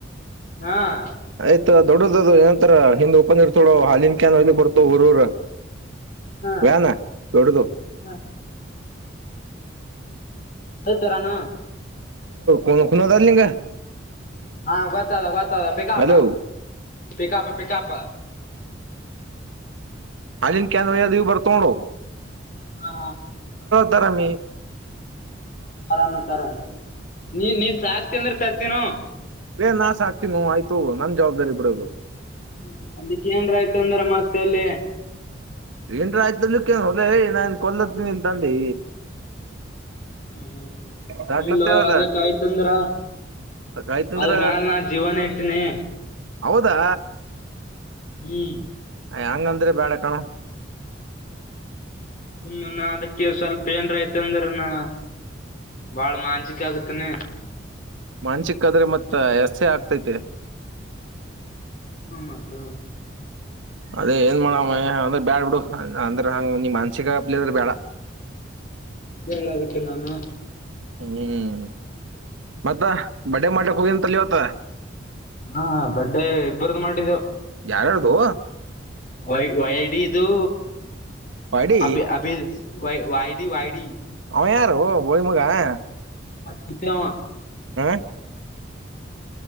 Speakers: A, on the left (about 45°); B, on the right (about 80°).
A: ಹಾ <inaudible>
B: ಆಯ್ತಾ ದೊಡ್ಡದ ಅದು ಏನಂತರ ಹಿಂದ್ ಓಪನ್ ಇರ್ ಥೊಡೋ ಹಾಲಿನ ಕ್ಯ ಇಲ್ಲಿ ಬರ್ತ ಊರೂರ
A: ಹಾ
B: ವ್ಯಾನ ದೊಡ್ಡದು
A: ಹಾ ಅದು ತರಾನ
B: ಕ ಕುನದಾರಲಿಂಗ
A: ಹಾ ಗೊತ್ತಲ್ಲ ಗೊತ್ತಲ್ಲ ಪಿಕಾಪ
B: ಅಲೋ
A: ಪಿಕಾಪ ಪಿಕಾಪ
B: ಅಾಲಿನ್ ಕನ್ವ ದವ ಬರ್ತೋಣೋ
A: ಹಾ
B: ದರಾಮ
A: ಆರಾಮತ್ತ ಆರಾಮ್ ನೀ ನೀ ಸಾಕ್ ತ ಅಂದ್ರೆ ತತೀನ
B: ಏ ನಾ ಸಾಕ್ತನ ಆಯ್ತು ನನ್ ಜವಾಬ್ದಾರಿ ಬಿಡೋದು
A: ಹ ಅಲ್ಲಿಕ್ಕೆ ಏನ್ರ ಆಯ್ತ ಅಂದ್ರ ಮತ್ತ ಅಲ್ಲಿ
B: ಏನ್ರ ಆಯ್ತಕ್ಕೇನು ಹೊಲ್ಲ ನಾನ್ ಕೊಲ್ಲತ್ತನಿನ್ ತಂಡಿ
A: ಹ್ಮ್
B: ಸಾಕ್ಲತ್ತೇವಲ್ಲ
A: ಎಲ್ಲ ಅದಕ್ಕ ಆಯ್ತಂದ್ರ
B: ಅದ್ ಆಯ್ತಂದ್ರ
A: ಆದ್ರ ನನ್ ನಾ ಜೀವನ ಇತನಿ
B: ಹೌದಾ
A: ಹ್ಮ್
B: ಹೆಂಗಂದ್ರೆ ಬ್ಯಾಡ ಕಣು
A: ಹ್ಮ ಅದಕ್ಕೆ ಸ್ವಲ್ಪ ಏನ್ರಯ್ತ ಅಂದ್ರ ನ ಬಾಳ ಮಾಂಸಿಕ ಆಗತನೆ
B: ಮಾನ್ಸಿಕಾದ್ರೆ ಮತ್ತ ಎಸೆ ಆಗ್ತೈತೆ
A: ಹ ಮತ
B: ಅದೇ ಏನ್ ಮಾಡಮ್ಮ ಅಂದ್ರ ಬ್ಯಾಡ ಬಿಡು ಅಂದ್ರ ಹಂಗ ನಿಮ್ ಅನ್ಸಿಕಪ್ಲಿ ಅದ್ರ ಬೇಡ
A: ಹ್ಮ ಅದೇ ಹೇಳದಕ್ಕೆ ನಾನು
B: ಹ್ಮ್ ಮತ್ತ ಬಡ ಮಾಡಕ್ ಹೋಗಿಂತಲ್ಲಿವತ್ತ
A: ಹಾ ಬಡ್ಡೇ ಇಬ್ಬರದು ಮಾಡಿದ್ದವು
B: ಯಾರ್ಯಾರ್ದು
A: ವೈ ವೈಡಿ ಇದು
B: ಪಾಡಿ
A: ಅಭ ಅಭಿ ವ ವಾಯಡಿ ವಾಯಡಿ
B: ಹ್ ಯಾರು ಬೋಳಿ ಮಗೆ ಹಾ
A: ಹ ಚತಾಮ
B: ಹ್ಮ